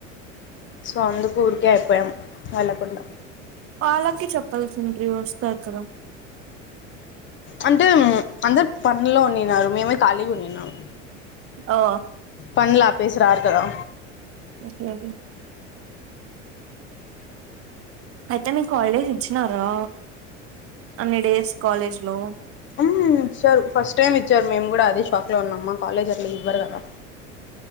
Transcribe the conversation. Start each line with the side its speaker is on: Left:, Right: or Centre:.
Left: సో అందుకు ఊరికే అయిపోయాం వెళ్ళకుండా
Right: వాళ్ళకి చెప్పాల్సింట్రీ వస్తార్ కదా
Left: అంటే అందరు పన్లో ఉన్నిన్నారు మేమే ఖాళీగా ఉన్నిన్నాము.
Right: ఓ
Left: పన్లు ఆపేసి రారు కదా
Right: ఓకే ఓకే అయితే మీకు హాలిడేస్ ఇచ్చినారా అన్ని డేస్ కాలేజ్ లో
Left: అమ్ ఇచ్చారు ఫస్ట్ టైమ్ ఇచ్చారు, మేము కూడా అదే షాక్ లో ఉన్నామ్ మా కాలేజ్ అట్లా ఇవ్వరు కదా.